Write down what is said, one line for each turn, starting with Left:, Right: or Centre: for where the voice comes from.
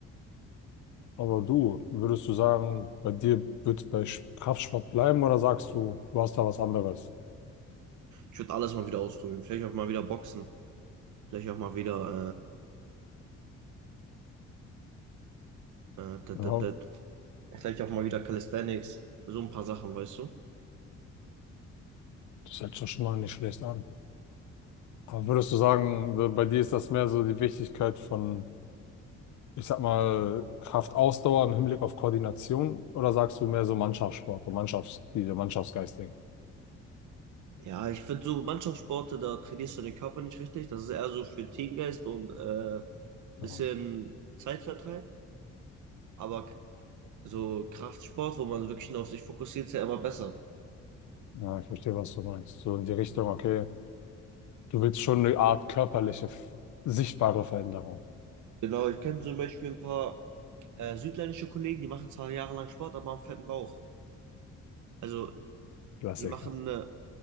Left: Aber du, würdest du sagen, bei dir wird es bei Sch- Kraftsport bleiben oder sagst du, du hast da was anderes?
Right: Ich würde alles mal wieder ausprobieren. Vielleicht auch mal wieder Boxen. Vielleicht auch mal wieder, äh, äh, dat,
Left: Ja,
Right: dat, dat. vielleicht auch mal wieder Calisthenics, so ein paar Sachen, weißt du?
Left: das hört sich doch schon mal nicht schlecht an. Aber würdest du sagen, so bei dir ist das mehr so die Wichtigkeit von, ich sag mal, Kraftausdauer im Hinblick auf Koordination oder sagst du mehr so Mannschaftssport, so Mannschafts, diese Mannschaftsgeisting?
Right: Ja, ich finde so Mannschaftssporte, da trainierst du den Körper nicht richtig. Das ist eher so für Teamgeist und äh,
Left: Ja,
Right: bisschen Zeitvertreib. Aber k- so Kraftsport, wo man wirklich nur auf sich fokussiert, ist ja immer besser.
Left: Ja, ich verstehe, was du meinst. So in die Richtung, okay, du willst schon eine Art körperliche, f- sichtbare Veränderung.
Right: Genau, ich kenne zum Beispiel ein paar äh, südländische Kollegen, die machen zwar jahrelang Sport, aber haben fetten Bauch. Also
Left: Klassiker.
Right: die machen äh,